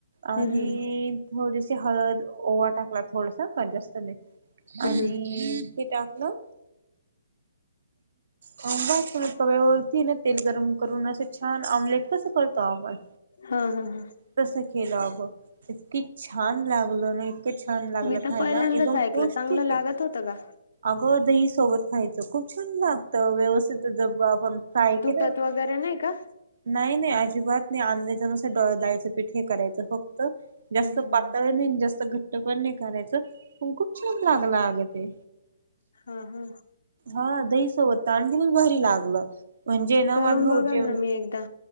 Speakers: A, on the right; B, on the left.
A: आणि
B: हम्म हम्म
A: थोडीशी हळद ओवा टाकला थोडस का जास्त नाही आणि
B: हम्म हम्म
A: ते टाकलं बा सणत वर्तीन तेल गरम करून असे छान ऑमलेट कसं करतो आपण
B: हा हा हा
A: तसं केलं अगो इतकी छान लागल ना इतके छान लागल
B: मी तर
A: खायला
B: पहिल्यांदाच
A: एकदम
B: ऐकलं
A: खू
B: चांगलं
A: ठीक
B: लागत
A: आहे
B: होतं का
A: अगो दही सोबत खायचं खूप छान लागतं व्यवस्थित ज आपणथा आहे की
B: त वगैरे नाही का
A: नाही नाही अजिबात नाही अंंद्याचानुस ड दायचं पीठ हे करायचं फक्त जास्त
B: हम्म हम्म हम्म
A: पातळ नाही जास्त घट्ट पण नाही करायचं पण खूप छान लागला अगं ते
B: हा हा
A: हा दहीसोबत आणखीनच भरी लागलं म्हणजे ना
B: करून
A: माझं भाऊजीम
B: बघाल ना मी एकदा